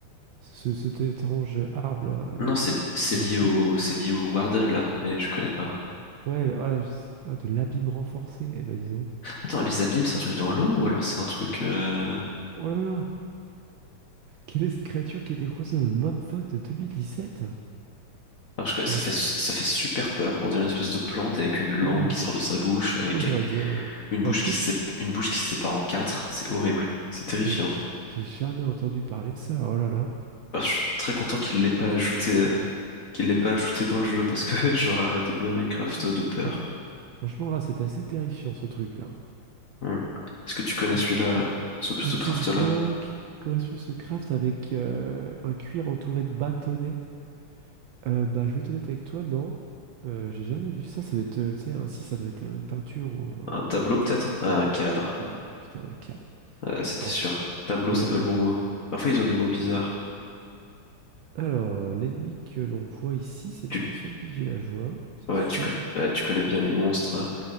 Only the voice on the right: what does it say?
ce- cet étrange arbre là avec
euh, du
corps
et tout.
Ouais, voilà, je- ah, de l'abîme renforcé. Eh ben dis donc.
Oh là là, quelle est cette créature qui était proposée dans le mob vote de 2017?
Avec
ses...
ouais,
moi j'aurais dit un,
un poulpe.
J'ai j'ai jamais entendu parler de ça. Oh là là.
Non, fr- franchement là, c'était assez terrifiant ce truc là.
À,
que-
à quel
bloc correspond ce craft avec euh, un cuir entouré de bâtonnets? Euh, bah, je vais être honnête avec toi, non. Euh, j'ai jamais vu ça. Ça doit être, euh, tu sais, un- si ça doit être un- une peinture ou un.
Voilà.
Voilà. Putain, un cadre.
Bon,
c'est
c'est
dans
le registre.
Alors, euh, l'ennemi que l'on voit ici, c'est
un zombie villageois, c'est
sûr.